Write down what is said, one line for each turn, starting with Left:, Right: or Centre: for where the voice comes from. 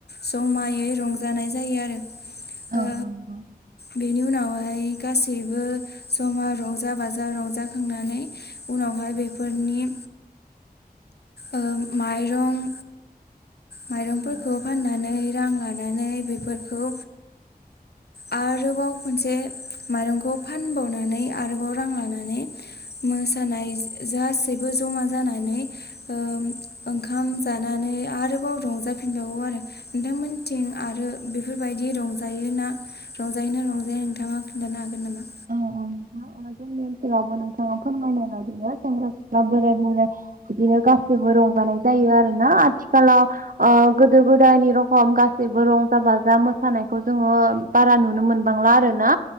Left: जमायै रंजानाय जायो आरो
Right: औ
Left: ओ
Right: नंगौ
Left: बेनि उनावहाय गासैबो जमा रंजा बाजा रंजाखांनानै उनावहाय बेफोरनि ओ माइरं माइरंफोरखौ
Right: औ
Left: फाननानै रां लानानै बेफोरखौ आरोबाव खनसे माइरंखौ फानबावनानै आरोबाव रां लानानै मोसानाय जासैबो जमा जानानै ओ ओंखाम जानानै आरोबाव रंजाफिनबावो आरो। नोंथांमोनथिं आरो बेफोरबायदि रंजायोना? रंजायैनो रंजायो नोंथाङा खिन्थानो हागोन नामा?
Right: औ औ नोंथां जोंनि ओनसोलावबो नोंथाङा फोरमायनाय बायदिनो सेंग्रा सिख्ला बोराय बुराय बिदिनो गासैबो रंजानाय जायो आरो ना आथिखालाव ओ गोदो गोदायनि रखम गासैबो रंजा बाजा मोसानायखौ जोङो बारा नुनो मोनबांला आरो ना